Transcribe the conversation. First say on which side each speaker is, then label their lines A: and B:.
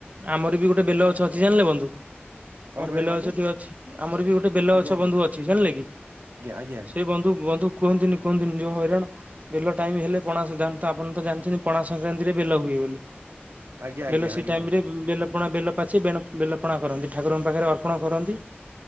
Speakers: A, on the right; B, on the right.
A: ଆମର ବି ଗୋଟେ ବେଲ ଗଛ ଅଛି ଜାଣିଲେ ବନ୍ଧୁ?
B: କଣ
A: ଆମର
B: କହିଲେ
A: ବେଲ
B: ବନ୍ଧୁ
A: ଗଛ ଟିକେ ଅଛି ଆମର ବି ଗୋଟେ ବେଲ
B: ଆଜ୍ଞା
A: ଗଛ
B: ଆଜ୍ଞା
A: ବନ୍ଧୁ ଅଛି ଜାଣିଲେ କି?
B: ଆଜ୍ଞା
A: ସେ ବନ୍ଧୁ ବନ୍ଧୁ କୁହନ୍ତୁନି କୁହନ୍ତିନ ଯୋଉ ହଇରାଣ। ବେଲ ଟାଇମ ହେଲେ ପଣା ଆପଣ ତ ଜାଣିଛନ୍ତି ପଣା ସଂକ୍ରାନ୍ତିରେ ବେଲ ହୁଏ ବୋଲି।
B: ଆଜ୍ଞା ଆଜ୍ଞା
A: ବେଲ ସେ
B: ଆଜ୍ଞା ଆଜ୍ଞା
A: ଟାଇମ
B: ବନ୍ଧୁ
A: ରେ ବେଲ ପଣା ବେଲ ପାଚି ବେ ବେଲ ପଣା କରନ୍ତି ଠାକୁରଙ୍କ ପାଖରେ ଅର୍ପଣ କରନ୍ତି।